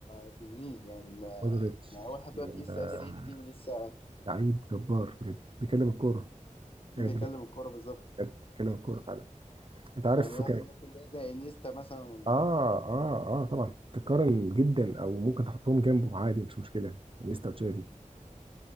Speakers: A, on the left (about 40°); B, on the right (about 40°).
A: تنين يعني ما
B: مودريتش
A: يعني هو لحد دلوقتي لسه
B: آه،
A: قادر يدي ولسه
B: لعيب جبار بجد بيكلم الكوره بجد
A: بيكلم الكوره بالظبط
B: بجد بيكلم الكوره فعلا انت عارف
A: يعني هو
B: كان
A: من الناس اللي هي زي انيستا مثلا وال...
B: اه اه اه طبعا تقارن جدا او ممكن تحطهم جنبه عادي مش مشكله انيستا وتشافي